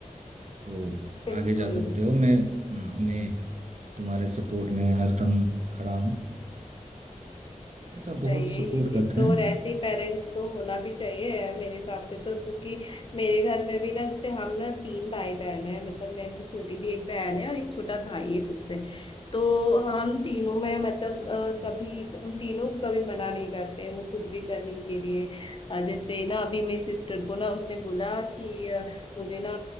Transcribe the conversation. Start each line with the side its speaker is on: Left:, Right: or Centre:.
Right: तो
Left: बिल्कुल
Right: आगे जा सकते हो। मैं हाँ, मैं तुम्हारे सपोर्ट में हरदम खड़ा हूँ। ऐसा बहुत
Left: सही है
Right: सपोर्ट
Left: ये चीज
Right: करते
Left: तो
Right: हैं।
Left: और ऐसे ही पेरेंट्स को होना भी चाहिए मेरे हिसाब से तो क्योंकि मेरे घर में भी ना जैसे हम ना तीन भाई बहन है मतलब मैं से छोटी भी एक बहन है और एक छोटा भाई है सबसे तो हम तीनों में मतलब अ,
Right: हाँ
Left: कभी हम तीनों को कभी मना नहीं करते हैं वो कुछ भी करने के लिए अ, जैसे ना अभी मेरी सिस्टर को ना उसने बोला कि अ, मुझे ना